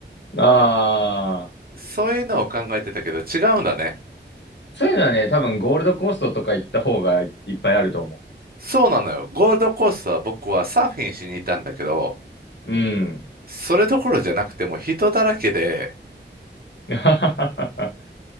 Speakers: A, on the left; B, on the right.
A: うん。ああ、
B: そういうのを考えてたけど違うんだね。
A: そういうのはね、多分ゴールドコーストとか行った方がいっぱいあると思
B: そうなのよ。ゴールドコーストは僕はサーフィンしに行ったんだけど、
A: う。うん。
B: それどころじゃなくてもう人だらけで、
A: <laughs>